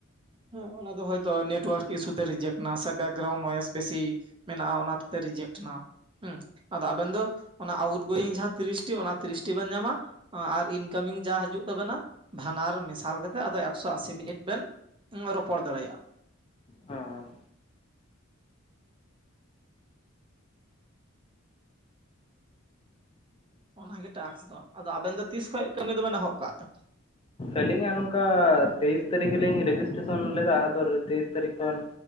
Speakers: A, on the right (about 25°); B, on the left (about 25°).
A: ᱦᱮᱸ ᱚᱱᱟ ᱫᱚ ᱦᱚᱭ ᱛᱚ ᱱᱮᱴᱳᱣᱟᱨᱠ ᱤᱥᱩ ᱛᱮ ᱨᱤᱡᱮᱠᱴ ᱱᱟ ᱥᱮ ᱵᱮᱠᱜᱨᱟᱣᱩᱱᱰ ᱱᱚᱭᱮᱥ ᱵᱮᱥᱤ ᱢᱮᱱᱟᱜᱼᱟ ᱚᱱᱟ ᱛᱮ ᱨᱤᱡᱮᱠᱴᱱᱟ ᱦᱮᱸ ᱟᱫᱚ ᱟᱵᱮᱱ ᱫᱚ ᱚᱱᱟ ᱟᱣᱩᱴ ᱜᱳᱭᱤᱝ ᱡᱟᱦᱟᱸ ᱛᱤᱨᱤᱥᱴᱤ ᱚᱱᱟ ᱛᱤᱨᱤᱥᱴᱤ ᱵᱮᱱ ᱧᱟᱢᱟ ᱟᱨ ᱤᱱᱠᱟᱢᱤᱝ ᱡᱟ ᱦᱟᱡᱩᱜ ᱛᱟᱵᱮᱱᱟ ᱵᱷᱟᱱᱟᱨ ᱢᱮᱥᱟᱞ ᱠᱟᱛᱮᱜ ᱟᱫᱚ ᱮᱠᱥᱚ ᱟᱥᱤ ᱢᱤᱱᱤᱴ ᱵᱮᱱ ᱨᱚᱯᱚᱲ ᱫᱟᱲᱮᱭᱟᱜᱼᱟ
B: ᱦᱚᱸ
A: ᱚᱱᱟᱜᱮ ᱴᱟᱠᱥ ᱫᱚ ᱟᱫᱚ ᱟᱵᱮᱱ ᱫᱚ ᱛᱤᱥ ᱠᱷᱚᱡ ᱠᱟᱹᱢᱤ ᱫᱚᱵᱮᱱ ᱮᱦᱚᱵ ᱠᱟᱜ ᱛᱮ
B: ᱟᱹᱞᱤᱧᱟ ᱱᱚᱝᱠᱟ ᱛᱮᱭᱤᱥ ᱛᱟᱹᱨᱤᱠᱷ ᱞᱤᱧ ᱨᱮᱡᱤᱥ ᱴᱮᱥᱚᱱ ᱞᱮᱫᱟ ᱟᱫᱚ ᱛᱮᱭᱤᱥ ᱛᱟᱹᱨᱤᱠᱷ ᱠᱷᱚᱱ